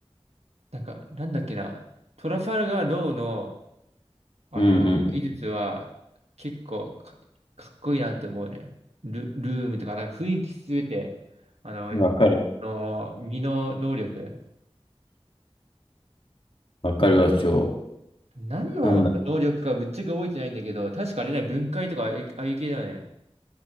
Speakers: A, on the right; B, on the left.
A: なんか、なんだっけな、トラファルガー・ローの、あのー技術は、
B: うん、
A: 結構か、かっこいいなって思うね。ル、ルームとか、なんか雰囲気すべて、あの、
B: うん。わかる。
A: の身の能力。
B: わかるわ、超。
A: 何の能力かぶっちゃけ覚えてないんだけど、
B: なんだ。
A: 確かあれだよ、分解とかああいうああいう系だよね。